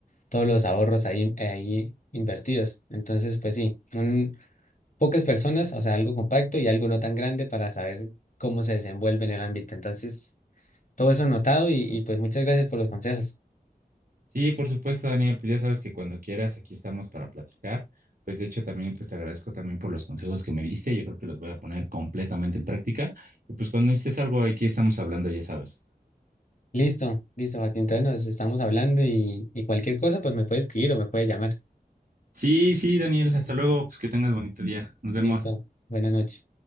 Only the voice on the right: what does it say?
Sí, por supuesto, Daniel, pues ya sabes que cuando quieras, aquí estamos para platicar. Pues de hecho también pues te agradezco también por los consejos que me diste, yo creo que los voy a poner completamente en práctica. Y pues cuando necesites algo, aquí estamos hablando, ya sabes.
Sí, sí, Daniel, hasta luego, pues que tengas bonito día. Nos vemos.